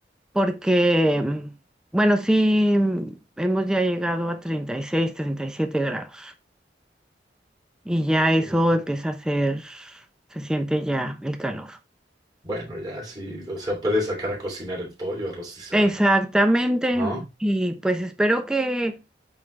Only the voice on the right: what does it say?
Muy bien.
Bueno, ya sí, o sea, puedes sacar a cocinar el pollo, a rostizarlo,
¿no?